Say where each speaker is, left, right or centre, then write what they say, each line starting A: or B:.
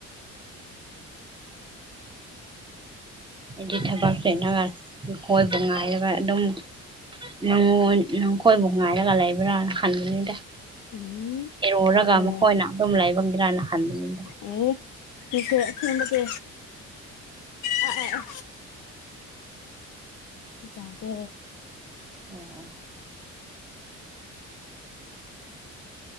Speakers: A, on the right (about 15°); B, on the left (about 80°).
A: ꯍꯥꯏꯗꯤ ꯊꯕꯛ ꯁꯦꯠꯅꯒ ꯈꯣꯏꯕ ꯉꯥꯏꯔꯒ ꯑꯗꯨꯝ ꯅꯪꯉ ꯅꯪꯈꯣꯏꯕꯨ ꯉꯥꯏꯔꯒ ꯂꯩꯕ꯭ꯔꯥꯅ ꯈꯟꯕꯅꯤꯗ
B: ꯎꯝ
A: ꯏꯔꯨꯔꯒ
B: ꯇꯧꯗꯦ
A: ꯃꯈꯣꯏꯅ ꯑꯗꯨꯝ ꯂꯥꯏꯕꯪꯗ꯭ꯔꯅ ꯈꯟꯕꯗ
B: ꯑꯣꯠꯇꯗꯗꯤ ꯑ ꯆꯥꯎꯥꯎꯗ
A: ꯑꯣ